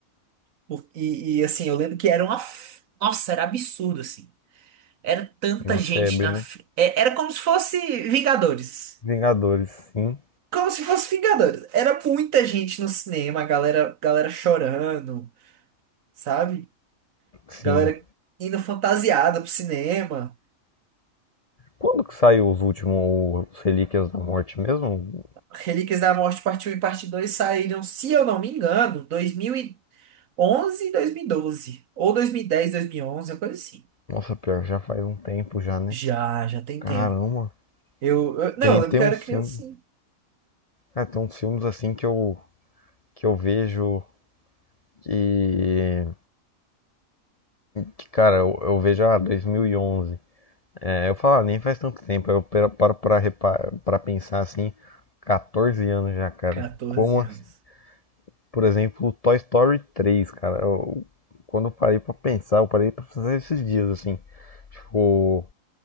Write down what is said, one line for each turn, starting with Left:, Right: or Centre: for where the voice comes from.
Right: por- E, e assim, eu lembro que era uma. f- Nossa, era absurdo, assim. Era tanta
Left: Uma
Right: gente
Left: febre,
Right: na.
Left: né?
Right: fi- é, Era como se fosse Vingadores.
Left: Vingadores, sim.
Right: Como se fosse Vingadores. Era muita gente no cinema, a galera, galera chorando, sabe?
Left: Sim.
Right: Galera indo fantasiada pro cinema.
Left: Quando que saiu os últimos os Relíquias da Morte mesmo?
Right: Relíquias da Morte Parte Um e Parte 2 saíram, se eu não me engano, 2011 e 2012. Ou 2010, 2011, uma coisa assim.
Left: Nossa, pior, já faz um tempo já, né?
Right: Já, já tem
Left: Caramba.
Right: tempo. Eu, eu- não,
Left: Tem,
Right: eu lembro
Left: tem
Right: que
Left: uns
Right: eu era criancinha.
Left: filmes. Ah, tem uns filmes assim que eu, que eu vejo que, que, cara, eu, eu vejo, ah, 2011. É, eu falo, ah, nem faz tanto tempo. Eu paro paro pra, repa- pra pensar assim, 14 anos já, cara.
Right: 14
Left: Como,
Right: anos.
Left: assim, por exemplo, Toy Story três cara. Eu, quando eu parei pra pensar, eu parei pra pensar esses dias, assim. Tipo,